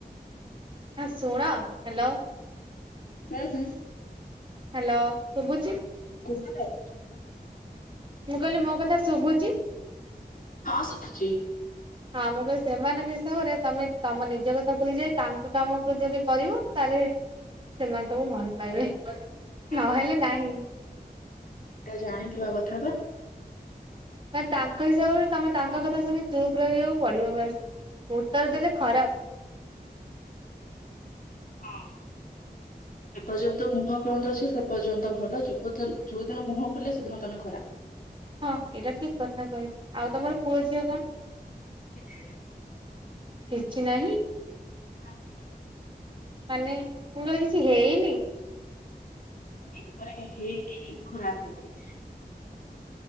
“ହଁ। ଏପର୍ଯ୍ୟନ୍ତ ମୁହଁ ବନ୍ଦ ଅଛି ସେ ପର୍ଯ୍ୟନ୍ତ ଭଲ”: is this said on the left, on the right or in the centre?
Left